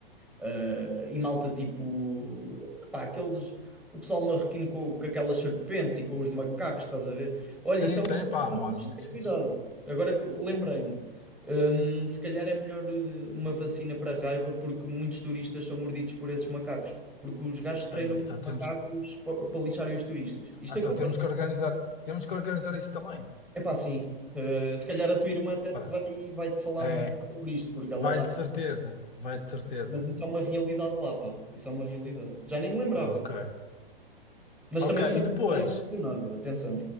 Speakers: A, in the centre; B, on the left.
A: Ah, e malta tipo, pá, aqueles, o pessoal marroquino com, com aquelas serpentes e com os macacos, estás a ver? Olha,
B: Sim,
A: isso é
B: sim,
A: uma coisa
B: pá,
A: que nós
B: olha,
A: temos de
B: muito
A: ter
B: fixe.
A: cuidado. Agora que lembrei-me, Hum, se calhar é melhor eh, uma vacina para a raiva, porque muitos turistas são mordidos por esses macacos, pá. Porque os gajos treinam
B: Aí, então
A: os
B: temos
A: macacos
B: que,
A: pa- para lixarem os turistas. Isto
B: então
A: acontece.
B: temos que organizar, temos que organizar isso também.
A: É pá, sim. Eh, se calhar a tua irmã até
B: Espera.
A: te vai, vai-te falar
B: É,
A: melhor sobre isto, porque ela
B: vai
A: está.
B: de certeza, vai de certeza.
A: Mas isso é uma realidade lá, pá. Isso é uma realidade. Já nem me lembrava.
B: Ok.
A: mas
B: Ok,
A: também
B: e depois?
A: não me impressiona nada atenção